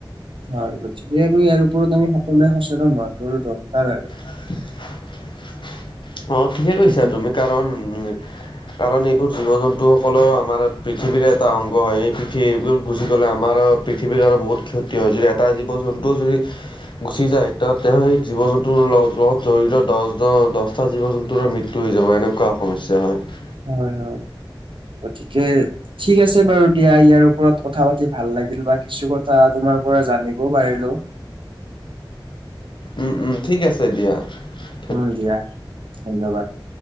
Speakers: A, on the right; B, on the left.
A: হয়। গতিকে আৰু ইয়াৰ ওপৰত আমি সকলোৱে সচেতন হোৱাতো দৰকাৰ আৰু। <unintelligible>
B: <unintelligible> অঁ ঠিকে কৈছা
A: গতিকে
B: তুমি কাৰণ উ <inaudible> কাৰণ এইবোৰ জীৱ-জন্তুসকলেও আমাৰ পৃথিৱীৰৰে এটা অংগ হয়। এই পৃথিৱীবোৰ গুচি গ'লে আমাৰ <unintelligible> পৃথিৱীৰ কাৰণে বহুত ক্ষতি হয়। যদি এটা জীৱ-জন্তুও যদি <unintelligible> গুচি যায় এতিয়া তেওঁ সেই জীৱ-জন্তুৰ লগ <unintelligible> প্লট জড়িত দহ দহটা জীৱ-জন্তুৰ মৃত্যু হৈ যাব এনেকুৱা সমস্যা হয়। <unintelligible>
A: হয়-হয় <inaudible> গতিকে ঠিক আছে বাৰু দিয়া। ইয়াৰ ওপৰত কথা পাতি ভাল লাগিল বা কিছু কথা তোমাৰ পৰা জানিবও পাৰিলো। <unintelligible>
B: উম-উম। ঠিক আছে দিয়া। <inaudible>
A: উম দিয়া ধন্যবাদ। <inaudible>